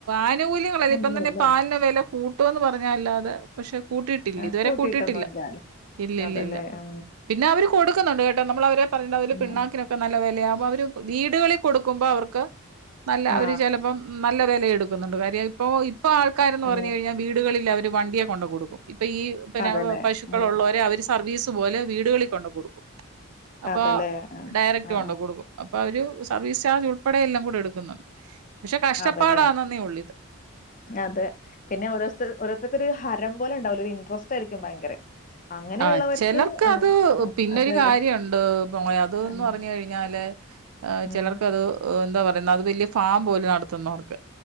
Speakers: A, on the right (about 80°); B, on the left (about 35°).
A: ആനുകൂല്യങ്ങളല്ലേ
B: ഒന്നുമില്ല.
A: ഇപ്പം തന്നെ പാലിന് വില കൂട് ട്ടോന്ന് പറഞ്ഞല്ലാതെ പക്ഷെ കൂട്ടിയിട്ടില്ല
B: ആ
A: ഇതുവരെ
B: കൂട്ടിയിട്ടൊന്നുമില്ല
A: കൂട്ടിയിട്ടില്ല
B: അല്ലേ?
A: ഇല്ല
B: അതല്ലേ.
A: ഇല്ല ഇല്ല
B: ആ.
A: പിന്നെ അവര് കൊടുക്കുന്നുണ്ട് കേട്ടോ നമ്മൾ അവരെ. പറയ അതില്
B: ഉം.
A: പിണ്ണാക്കിനൊക്കെ നല്ല വിലയാണ് അപ്പൊ അവര് വീടുകളിൽ കൊടുക്കുമ്പോ അവർക്ക് നല്ല
B: ആ.
A: അവര് ചിലപ്പോം നല്ല വില എടുക്കുന്നുണ്ട് കാര്യ ഇപ്പൊ ഇപ്പൊ ആൾക്കാരന്ന്
B: ആ.
A: പറഞ്ഞു കഴിഞ്ഞാൽ വീടുകളിൽ അവര് വണ്ടിയെ കൊണ്ട കൊടുക്കും ഇപ്പൊ ഈ പിന്നെ
B: അതല്ലേ.
A: പശുക്കള
B: ഉം.
A: ഉള്ളവരെ അവര് സർവീസ് പോലെ വീടുകളിൽ കൊണ്ട് കൊടുക്കും അപ്പൊ
B: അതല്ലേ. ആ.
A: ഡയറക്ട്
B: ആ.
A: കൊണ്ടോ കൊടുക്കും അപ്പൊ അവര് സർവീസ് ചാർജ് ഉൾപ്പെടെയ എല്ലാം കൂടെ എടുക്കുന്നുണ്ട് പക്ഷെ കഷ്ടപ്പാടാന്ന
B: അതല്ലേ.
A: നീ ഉള്ളിത്
B: അതെ പിന്നെ ഓോത്തർ ഓരോരുത്തർക്കൊരു ഹരം പോലെ ഉണ്ടാവലോ ഒരു ഇൻട്രസ്റ്റ് ആായിയിരിക്കും ഭയങ്കര അങ്ങനെയുള്ളവർക്ക്
A: ആഹ് ചിലർക്ക്
B: ആഹ്
A: അത് പിന്നൊരു
B: അതെ.
A: കാര്യണ്ട് പോയെ അതിന്ന്
B: ആഹ്
A: പറഞ്ഞു കഴിഞ്ഞാൽ ചെലർക്ക്
B: ആഹ്
A: അത് എന്താ പറയുന്ന അത് വല ഫാം പോലും നടത്തുന്നവർക്ക്